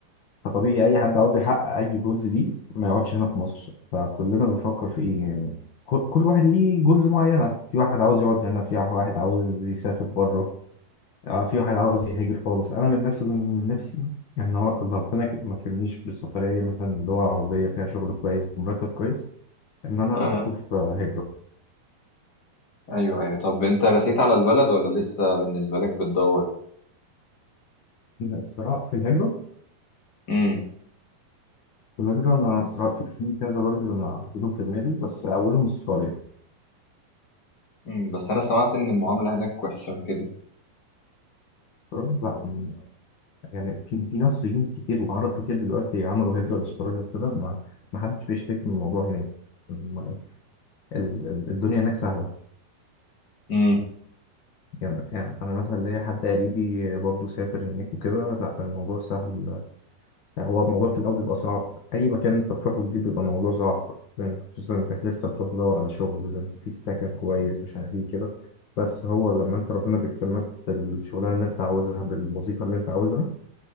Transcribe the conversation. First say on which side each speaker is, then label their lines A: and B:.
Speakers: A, on the left (about 70°); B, on the left (about 30°).
A: فطبيعي أي حد عاوز يحقق أي جولز دي ما يقعدش هنا في مصر فكلنا بنفكر في إيه يعني ك- كل واحد ليه جولز معينة في واحد عاوز يقعد هنا في واحد عاوز يسافر بره اه في واحد عاوز يهاجر خالص انا من نفسي من نفسي يعني هو ربنا ك- ما كرمنيش بالسفريه مثلا دول عربيه فيها شغل كويس بمرتب كويس ان انا
B: اه
A: اشوف آه، هجره
B: ايوه ايوه طب انت رسيت على البلد ولا لسه بالنسبه لك بتدور
A: فالصراع في الهجره
B: امم
A: في الهجره انا صراع في في كذا بلد انا حاططهم في دماغي بس اولهم استراليا
B: أمم، بس انا سمعت ان المعامله هناك وحشه وكده
A: استراليا بقى من- يعني في في مصريين كتير وعرب كتير دلوقتي عملوا هجره لاستراليا وكده ما ما حدش بيشتكي من الموضوع هناك الم- ال- ال- الدنيا هناك سهله
B: امم
A: يعني يعني أنا مثلا ليا حد قريبي برضه سافر هناك وكده لا الموضوع سهل يعني هو الموضوع في الأول بيبقى صعب أي مكان أنت بتروحه جديد بيبقى الموضوع صعب يعني خصوصا إنك لسه بتروح تدور على شغل أنت فيك سكن كويس مش عارف إيه كده بس هو لما أنت ربنا بيكرمك بالشغلانة اللي أنت عاوزها بالوظيفة اللي أنت عاوزها